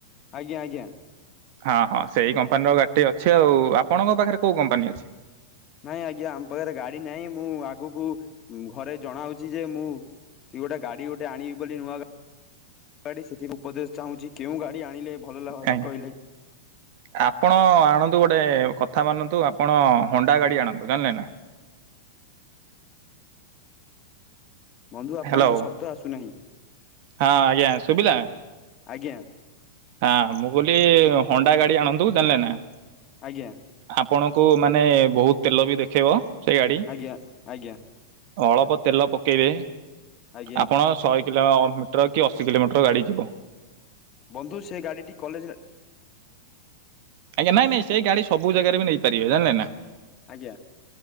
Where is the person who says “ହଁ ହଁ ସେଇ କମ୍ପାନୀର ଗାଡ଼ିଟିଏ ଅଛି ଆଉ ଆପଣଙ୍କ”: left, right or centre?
Right